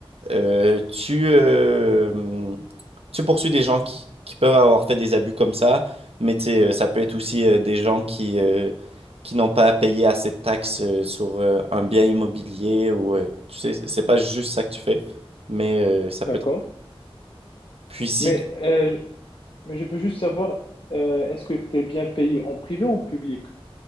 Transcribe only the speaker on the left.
d'accord.
Mais,
euh, je- mais je veux juste savoir, euh, est-ce que t'es bien payé en privé ou en public?